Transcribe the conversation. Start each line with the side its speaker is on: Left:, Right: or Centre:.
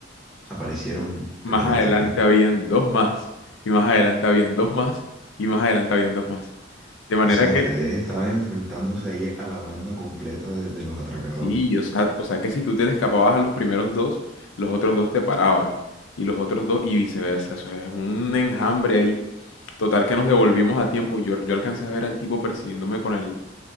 Centre: ¿Aparecieron
Left: Más
Centre: el resto,
Left: adelante
Centre: qué?
Left: habían dos más, y más adelante habían dos más, y más adelante habían dos más. De manera
Centre: O sea,
Left: que,
Centre: ustedes estaban enfrentándose ahí a la banda completa de, de los atracadores.
Left: sí, o sea, o sea que si tú te le escapabas a los primeros dos, los otros dos te paraban, y los otros dos, y viceversa. Eso es un enjambre ahí. Total que nos devolvimos a tiempo. Yo, yo alcancé a ver al tipo persiguiéndome con el,